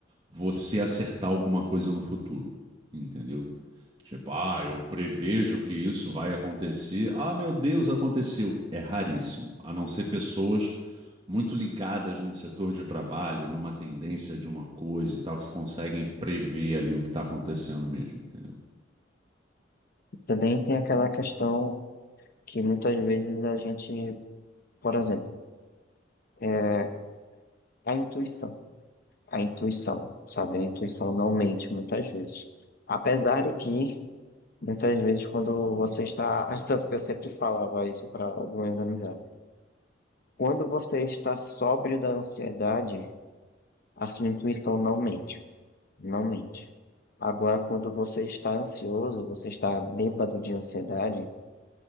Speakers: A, on the right; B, on the left.
A: você acertar alguma coisa no futuro, entendeu? Tipo, ah, eu prevejo que isso vai acontecer. Ah, meu Deus, aconteceu. É raríssimo, a não ser pessoas muito ligadas num setor de trabalho, numa tendência de uma coisa e tal, que conseguem prever ali o que está acontecendo mesmo, entendeu?
B: Também tem aquela questão que muitas vezes a gente Por exemplo, é, a intuição. A intuição, sabe? A intuição não mente muitas vezes. Apesar de que, muitas vezes, quando você está. <laughs> Tanto que eu sempre falava isso para algumas amizades. Quando você está sóbrio da ansiedade, a sua intuição não mente. Não mente. Agora, quando você está ansioso, você está bêbado de ansiedade,